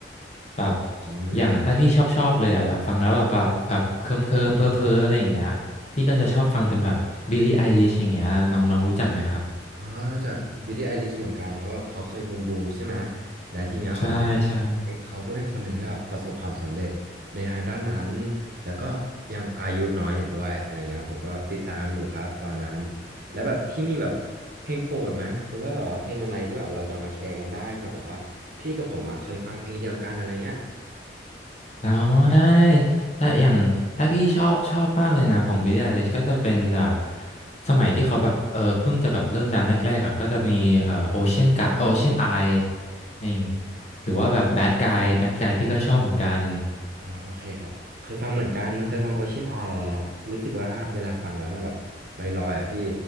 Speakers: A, on the left (about 35°); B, on the right (about 55°).
A: แบบ
B: อืม
A: อย่างถ้าพี่ชอบชอบเลยอ่ะแบบฟังแล้วแบบว่าแบบเคิมเคิมเพ้อเพ้อๆอะไรอย่างเงี้ยพี่ก็จะชอบฟังเป็นแบบบิลลี่ไอลิชอย่างเงี้ยน้องๆรู้จักไหมครับ
B: อ๋อรู้จักบิลลี่ไอลิชเหมือนกันเพราะว่าเขาเคยบูมบูมใช่ไหม และทีเนี้ยผม
A: ใช่ใช่
B: เอ้ยเขาก็เป็นคนหนึ่งที่แบบประสบความสำเร็จในทางด้านนั้น แล้วก็ยังอายุน้อยอยู่ด้วยอะไรเงี้ยผมก็ติดตามอยู่ครับตอนนั้น แล้วแบบพี่มีแบบเพลงโปรดไหมหรือว่าแบบว่าเพลงอะไรที่แบบเราจะเอามาแชร์กันได้เผื่อแบบว่าพี่กับผมอ่ะเคยฟังเพลงเดียวกันอะไรเงี้ย
A: แล้วได้ถ้าอย่างถ้าพี่ชอบชอบมากเลยนะของ Billie Eilish ก็จะเป็นแบบสมัยที่เขาแบบเออเพิ่งจะแบบเริ่มดังแรกๆอ่ะก็จะมีเออ Ocean g u Ocean Eye นี่หรือว่าแบบ
B: อืม
A: Bad Guy Bad Guy พี่ก็ชอบเหมือนกัน
B: อ่าโอเคครับเคยฟังเหมือนกันเคยฟัง Ocean Eye อะไรเงี้ยรู้สึกว่าเวลาฟังแล้วมันแบบลอยๆอ่ะพี่